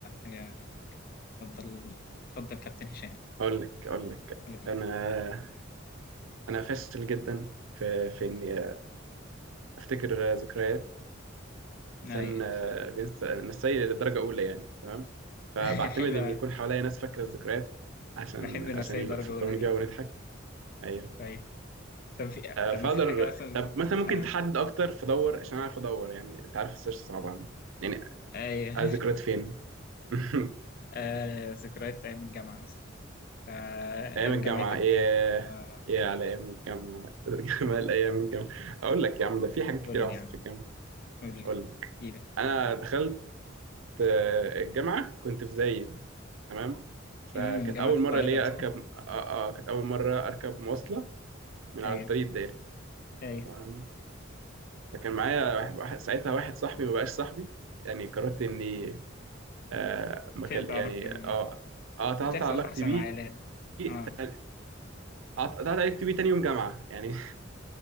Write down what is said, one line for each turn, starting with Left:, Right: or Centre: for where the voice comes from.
Left: حاجة عنك اتفضل اتفضل كابتن هشام
Right: اقول لك اقول لك
Left: قولي.
Right: انا انا فاشل جدا في في اني افتكر ذكريات انسان
Left: أي
Right: آه، بينسى نسي للدرجه اولى يعني تمام فبعتمد
Left: <laughs> حلوة
Right: ان يكون حواليا ناس فاكره الذكريات عشان
Left: بحب الرسايل
Right: عشان يفكروني
Left: درجة أولى دي
Right: بيها ونضحك ايوه
Left: طيب طب في
Right: آه،
Left: طب
Right: فاقدر
Left: مفيش حاجة مثلا
Right: طب مثلا ممكن
Left: آه.
Right: تحدد اكتر فدور عشان اعرف ادور يعني انت عارف السيرش صعب عندي يعني
Left: أي
Right: عايز ذكريات فين <laughs>
Left: <laughs> آه. ذكريات أيام الجامعة مثلا آه،
Right: ايام
Left: أيام
Right: الجامعه
Left: جامعتك
Right: ايه
Left: بقى آه.
Right: ايه على ايام الجامعه <laughs> جمال ايام الجامعه اقول لك يا عم ده في حاجات كتير
Left: قول لي
Right: حصلت
Left: يعني
Right: في الجامعه
Left: قول لي
Right: اقول لك
Left: احكي
Right: انا دخلت آه، الجامعه كنت في زايد تمام فكانت
Left: امم جامعة
Right: اول مره
Left: القاهرة
Right: ليا
Left: صح؟
Right: اركب آه آه كانت اول مره اركب مواصله من
Left: ايوه
Right: على الطريق الدائري
Left: ايوه
Right: تمام فكان معايا واحد واحد- ساعتها واحد صاحبي ما بقاش صاحبي يعني قررت اني آه ما
Left: تقطع
Right: كان يعني
Left: اكتر من
Right: اه اه قطعت
Left: بتحصل
Right: علاقتي
Left: في احسن
Right: بيه
Left: العائلات اه
Right: تاني- قطعت علاقتي بيه تاني يوم جامعه يعني <laughs>